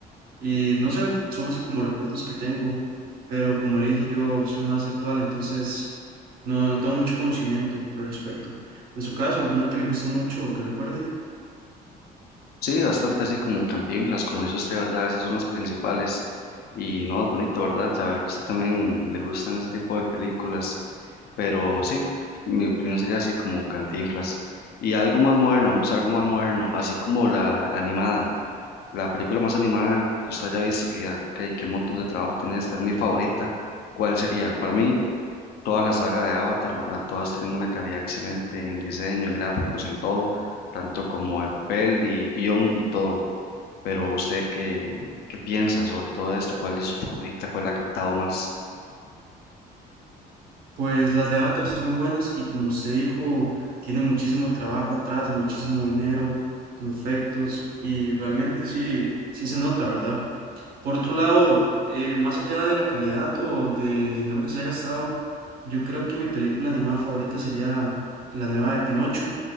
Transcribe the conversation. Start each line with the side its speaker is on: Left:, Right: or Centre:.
Right: y no sé, son así como recuerdos que tengo, pero como le dije, yo soy más actual, entonces no, no tengo mucho conocimiento al respecto. En su caso, alguna que le guste mucho o que recuerde.
Left: Sí, bastante así como Cantinflas, como dice usted, ¿verdad? Esas son las principales. Y no, es bonito, ¿verdad? Saber que a usted también le gustan ese tipo de películas. Pero sí, mi opinión sería así como Cantinflas. Y algo más moderno, vamos a algo más moderno, así como la, la animada. La película más animada que usted haya visto, que, que, que qué montón de trabajo tiene esta, es mi favorita. ¿Cuál sería? Para mí, toda la saga de Avatar, ¿verdad? Todas tienen una calidad excelente en diseño, en gráficos, en todo, tanto como de papel y guión y todo. Pero usted, ¿qué, qué piensa sobre todo esto? ¿Cuál es su favorita? ¿Cuál la ha captado más?
Right: Pues las de Avatar son muy buenas y como usted dijo, tienen muchísimo trabajo atrás, muchísimo dinero, efectos y realmente sí, sí se nota, ¿verdad? Por otro lado, eh, más allá de la calidad o del dinero que se haya gastado, yo creo que mi película animada favorita sería la nueva de Pinocho,